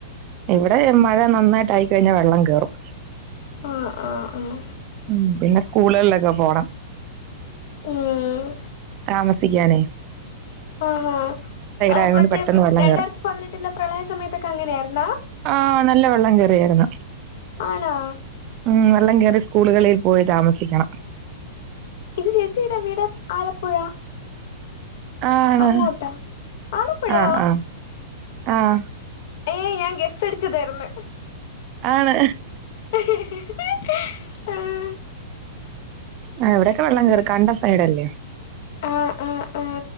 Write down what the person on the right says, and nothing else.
ഇവിടെ മഴ നന്നായിട്ടായിക്കഴിഞ്ഞാൽ വെള്ളം കേറും.
ഉ പിന്നെ സ്കൂളുകളിലൊക്കെ പോണം
താമസ സിക്കാൻ
ആയതുകൊണ്ട്
പെട്ടെന്ന് വെള്ളം
കേറും.
ആഹ് നല്ല വെള്ളം കേറിയായിരുന്ന്.
ഉം വെള്ളം കേറിയാ സ്കൂളുകളിൽ പോയി താമസിക്കണം.
ആണ്
ആഹ് ആഹ് ആഹ്.
ആണ്
ആഹ് ഇവിടൊക്കെ വെള്ളം കേറും കണ്ടം സൈഡല്ലേ